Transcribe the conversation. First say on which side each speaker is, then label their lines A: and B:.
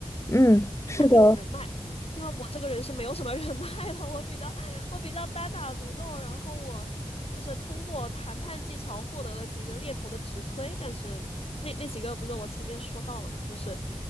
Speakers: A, on the left (about 25°); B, on the left (about 60°).
A: 嗯，
B: 看重人脉。
A: 是的。
B: 因为我这个人是没有什么人脉的，我比较我比较单打独斗，然后我就是通过谈判技巧获得了几个猎头的直推，但是那那几个不是我前面说到了嘛，就是